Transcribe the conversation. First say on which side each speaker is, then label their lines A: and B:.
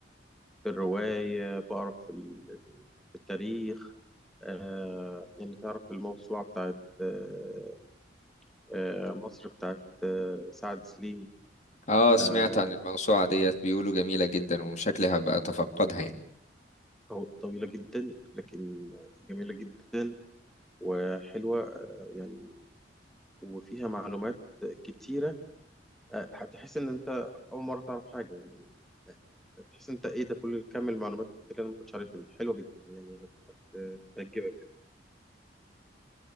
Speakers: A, in the centre; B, on the left.
A: في الرواية بقرا في ال- في التاريخ آه، يعني تعرف الموسوعة بتاعت آه، آه، مصر بتاعت آه، سعد سليم
B: اه سمعت
A: آه،
B: عن الموسوعة ديت بيقولوا جميلة جدا وشكلي هبقى اتفقدها يعني
A: طو- طويلة جدا لكن جميلة جدا وحلوة آه، يعني وفيها معلومات كتيرة آه، هتحس إن أنت أول مرة تعرف حاجة يعني تحس أنت إيه ده كل كم المعلومات اللي أنا ما كنتش عارفها دي حلوة جدا يعني هت- هت- هتعجبك